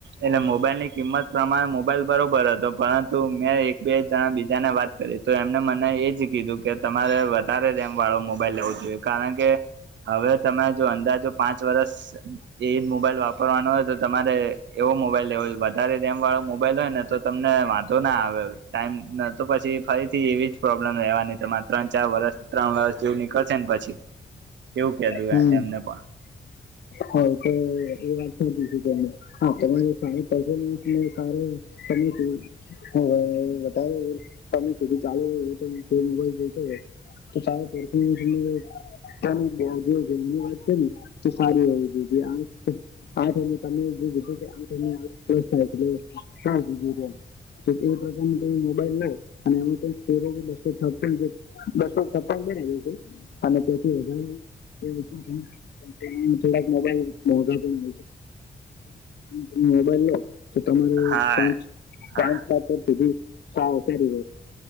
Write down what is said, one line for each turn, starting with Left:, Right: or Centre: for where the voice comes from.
Right: અને મોબાઈલ ની કિંમત પ્રમાણે મો મોબાઈલ બરોબર હતો પરંતુ મેં એક બે જણા બીજા ને વાત કરી તો એમને મને એજ કીધું કે તમારે વધારે રેમ વાળો મોબાઈલ લેવો જોઈએ કારણ કે હવે તમે જો અંદાજો પાંચ વરષ એજ મોબાઈલ વાપરવાનો હોય તો તમારે એવો મોબાઈલ લેવો વધારે રેમ વાળો મોબાઈલ હોય ને તો તમને વાંધો ના આવે ટાઈમ તો પછી ફરીથી એવી જ પ્રોબ્લેમ રહેવાની તમા ત્રણ ચાર વરષ ત્રણ વરષ જેવું નીકળશે ને પછી. એવું કધું
Left: હમ
Right: એમને પણ
Left: હ તો એ વાત <unintelligible> <unintelligible> <unintelligible> થોડાક મોબાઈલ મોઘા પણ તમે મોબાઈલ લો તો તમારે
Right: હા
Left: પાંચ
Right: હા
Left: પાંચ સાત સુધી સા સ <unintelligible>